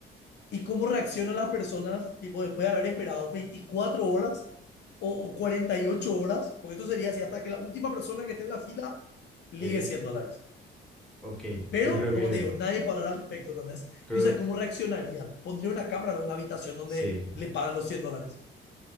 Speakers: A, on the left (about 60°); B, in the centre.
A: y cómo reaccionan las personas, tipo, después de haber esperado 24 horas o, o 48 horas, porque esto sería así hasta que la última persona que esté en la fila ligue
B: Sí,
A: 100 dólares.
B: ok.
A: Pero,
B: Yo creo que,
A: como te digo, nadie puede hablar al respecto, ¿entendés?
B: creo,
A: Yo sé cómo reaccionarían. Pondría una cámara en la habitación donde
B: sí,
A: le pagan los 100 dólares.